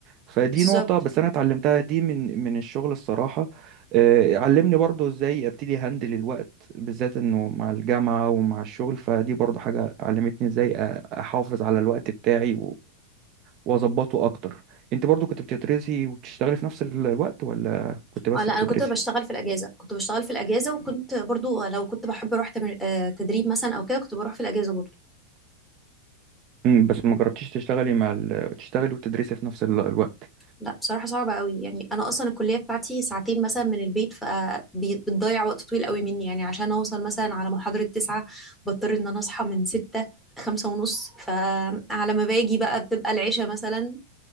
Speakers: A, on the right; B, in the centre.
A: فدي
B: بالظبط
A: نقطة بس أنا اتعلمتها دي من من الشغل الصراحة آه، علمني برضو إزاي أبتدي هندل الوقت بالذات إنه مع الجامعة ومع الشغل فدي برضو حاجة علمتني إزاي أ- أحافظ على الوقت بتاعي واظبطه اكتر انت برضو كنت بتدرسي وبتشتغلي في نفس ال- الوقت ولا كنت بس
B: اه لا
A: بتدرسي
B: انا كنت بشتغل في الاجازه كنت بشتغل في الاجازه وكنت برضو لو كنت بحب اروح تمر... آه، تدريب مثلا او كده كنت بروح في الاجازه برضو
A: امم بس ما جربتيش تشتغلي مع ال... تشتغلي وتدرسي في نفس ال- الوقت
B: لا بصراحة صعبة قوي يعني أنا أصلا الكلية بتاعتي ساعتين مثلا من البيت فبتضيع وقت طويل قوي مني يعني عشان أوصل مثلا على محاضرة تسعة بضطر إن أنا أصحى من ستة خمسة ونص فعلى ما باجي بقى بتبقى العشاء مثلا